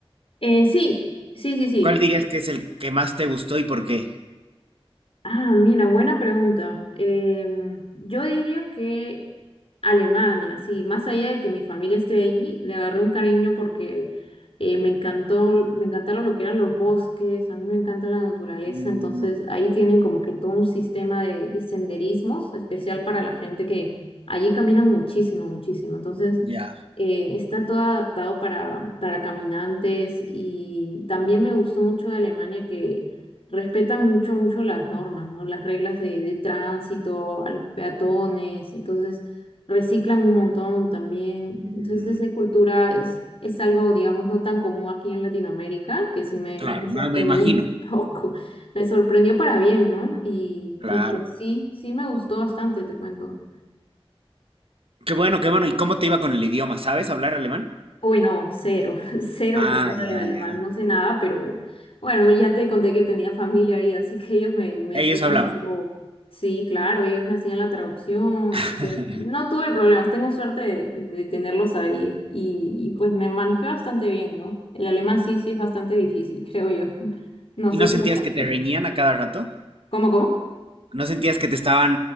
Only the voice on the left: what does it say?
Eh, sí, sí, sí, sí.
Ah, mira, buena pregunta. Em, yo diría que Alemania, sí, más allá de que mi familia esté allí, le agarré un cariño porque eh, me encantó, me encantaron lo que eran los bosques, a mí me encanta la naturaleza,
entonces ahí tienen como que todo un sistema de, de senderismos especial para la gente que allí caminan muchísimo, muchísimo. Entonces,
eh, está todo adaptado para, para caminantes y también me gustó mucho de Alemania que respetan mucho, mucho las normas, ¿no? Las reglas de, de tránsito, a los peatones, entonces reciclan un montón también.
Entonces esa cultura es, es algo, digamos, no tan común aquí en Latinoamérica, que sí me,
me sorprendió
un poco, <laughs> me sorprendió para bien, ¿no? Y,
y sí, sí me gustó bastante, te cuento.
Uy, no, cero, <laughs> cero
que sé
alemán,
no sé nada, pero bueno, ya te conté que tenía familia ahí, así que ellos me, me
hacían
un poco, sí, claro, ellos me hacían la traducción,
así que no tuve problemas, tengo suerte de, de tenerlos ahí y, y pues me manejé bastante bien, ¿no? El alemán sí, sí es bastante difícil, creo yo. <laughs> No
sé
si
lo aprendí.
¿Cómo, cómo?